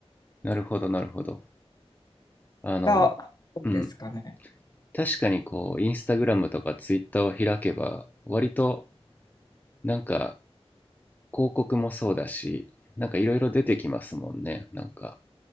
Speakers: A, on the left; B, on the left.
A: なるほどなるほどあの、
B: が多いですかね。
A: うん。確かにこう、インスタグラムとかツイッターを開けば、割となんか広告もそうだし、なんかいろいろ出てきますもんね。なんか、